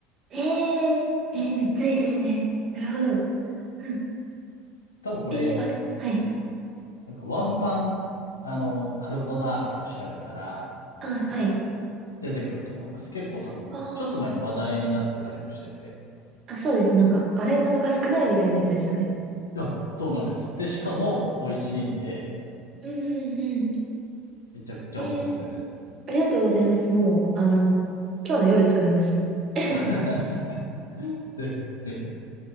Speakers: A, on the right (about 40°); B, on the left (about 85°).
A: えええーめっちゃいいですね。なるほど。うん。
B: 多分これ、
A: えー、あれはい。
B: なんかワンパン、あの、カルボナーラとか調べたら
A: あ、はい。
B: 出てくると思います。結構多分、
A: あ
B: ちょっと前に話題になってたりもしてて。
A: あ。あ、そうです。なんか、洗い物が少ないみたいなやつですよね。
B: あ、そうなんです。で、しかも美味しいんで、
A: うんうんうん。
B: めちゃくちゃおすすめです。
A: えー、ありがとうございます。もう、あの、今日の夜作ります。<laughs>
B: <laughs> ぜひ、ぜひ。